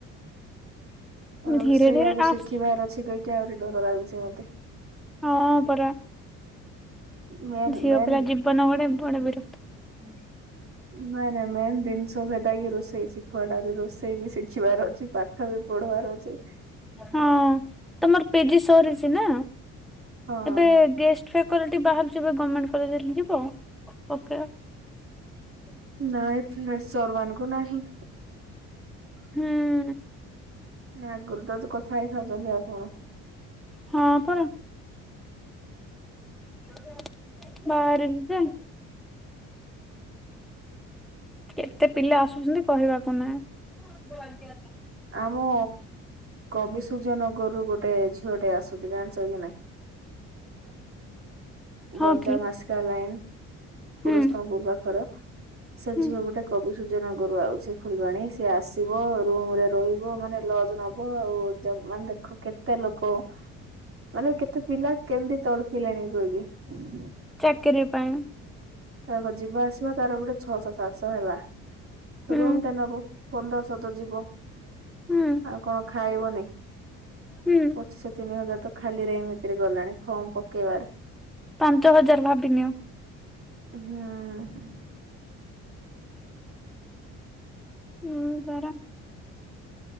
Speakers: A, on the right (about 40°); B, in the centre.
A: ରୋଷେଇ
B: ଧୀରେ ଧୀରେ
A: ଆହୁରି
B: ଆସ
A: ଶିଖିବାର ଅଛି କହିକି ଆହୁରି ଡର ଲାଗୁଛି ମତେ।
B: ହଁ ପରା।
A: ମେନ୍
B: ଝିଅ
A: ମେନ୍
B: ପିଲା ଜୀବନ ଗୋଟେ ବଡ ବିରକ୍ତ।
A: ନାଁ ନାଁ ନାଇଁ ଦିନିଷ। ଯାଇକି ରୋଷେଇ ଶିଖ, ରୋଷେଇ ବି ଶିଖିବାର ଅଛି, ପାଠ ବି ପଢିବାର ଅଛି।
B: ହଁ ତମର ପିଜି ସରିଛି ନା
A: ହଁ
B: ଏବେ ଗେସ ସିକୁରିଟି ବାହାରୁଛି ପା ଗର୍ମେଣ୍ଟ କଲେଜ ଯିବ? ପକା।
A: ନାଇଁ ଫେଶର ମାନଙ୍କୁୁ ନାହିଁ।
B: ହୁଁ।
A: ଆଗୁରୁତ ଚ କଥା ହେଇସାରିଛନ୍ତି ଆଉ କଣ?
B: ହଁ ପା। <unintelligible> ବାହାରି ପେ। କେତେ ପିଲା ଆସୁଛନ୍ତି କହିବାର ତ ନାହିଁ।
A: ଆମ କବି ସୂର୍ଯ୍ୟ ନଗରରୁୁ ଗୋଟେ ଝିଅ ଟେ ଆସୁଛି ଜାଣିଛ କି ନାହିଁ?
B: <inaudible> ହଁ
A: ଗଞ୍ଜାମ
B: କି
A: ମାସକା ଲାଇନ
B: ହୁଁ
A: ପୁରସ୍ତତମ ପୁର ପାଖରେ। ସେ
B: ହୁଁ
A: ଝିଅ ଗୋଟେ କବି ସୂଯ୍ୟନଗରୁ ଆଉଛି ଫୁଲବାଣୀ ସିଏ ଆସିବ ରୁମ ରେ ରହିବ ମାନେ ଲଜ ନବ। <unintelligible> ଆଉ ମାନେ ଦେଖ କେତେ ଲୋକ। ଆରେ କେତେ ପିଲା କେମିତି ତଡପିଲେଣି କହିକି
B: ଚାକିରି ପାଇଁ।
A: ତା ଯିବା ଆସିବା ତାର ଗୋଟେ ଛଅଶହ, ସାତଶହ ହେଲା।
B: ହୁଁ
A: ରୁମ ଟା ନବ ପନ୍ଦରଶହ ତ ଯିବ
B: ହୁଁ
A: ଆଉ କଣ ଖାଇବନି?
B: ହୁଁ।
A: ପଚିଶହ ତିନି ହଜାର ତ ଖାଲିରେ ଏମିତିରେ ଗଲାଣି ଫର୍ମ ପକେଇବାରେ।
B: ପାଞ୍ଚ ହଜାର ଭାବିନିଅ।
A: ହୁଁ।
B: ହୁଁ ତାର